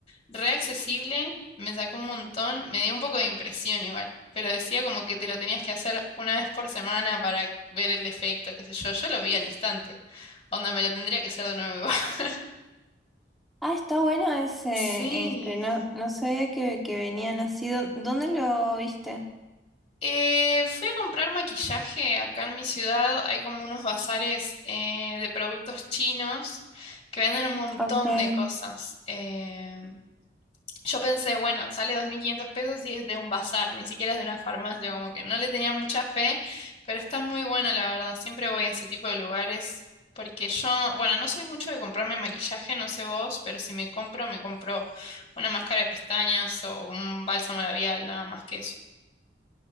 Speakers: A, on the left (about 30°); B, in the centre.
A: re accesible, me sacó un montón, me dio un poco de impresión igual, pero decía como que te lo tenías que hacer una vez por semana para ver el efecto, qué sé yo, yo lo vi al instante, onda, me lo tendría que hacer de nuevo. igual. <laughs>
B: Ah, está bueno ese
A: Sí.
B: estreno. No no sabía que, que venían así. ¿Dó- ¿Dónde lo viste?
A: Eh, fui a comprar maquillaje acá en mi ciudad, hay como unos bazares eh, de productos chinos que venden un montón
B: Ok.
A: de cosas. eh, Yo pensé, bueno, sale 2.500 pesos y es de un bazar, ni siquiera es de una farmacia, como que no le tenía mucha fe, pero está muy bueno, la verdad. Siempre voy a ese tipo de lugares porque yo, bueno, no soy mucho de comprarme maquillaje, no sé vos, pero si me compro, me compro una máscara de pestañas o un bálsamo labial, nada más que eso.